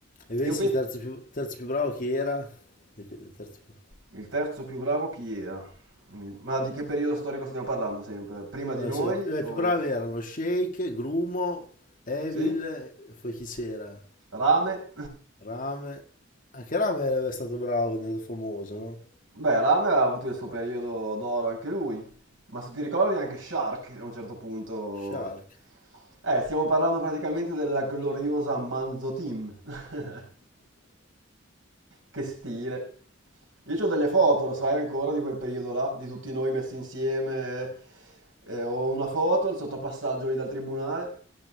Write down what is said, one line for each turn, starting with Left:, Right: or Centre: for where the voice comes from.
Left: E invece
Right: Io penso...
Left: il terzo più, terzo più bravo chi era? Il que- il terzo più-
Right: Il terzo più bravo chi era? Mm, Ma di che periodo storico stiamo parlando sempre? Prima di
Left: no,
Right: noi
Left: se- eh,
Right: o...
Left: i più bravi erano Shake, Grumo, Evil,
Right: Sì?
Left: poi chi c'era?
Right: Rame? <laughs>
Left: Rame. Anche Rame era stato bravo, è stato famoso, no?
Right: Beh, Rame ha avuto il suo periodo d'oro anche lui, ma se ti ricordi anche Shark a un certo punto...
Left: Shark.
Right: Eh, stiamo parlando praticamente della gloriosa Manzo Team. <laughs> Che stile. Io ho delle foto, lo sai ancora, di quel periodo là, di tutti noi messi insieme. Eh, ho una foto, il sottopassaggio lì dal tribunale,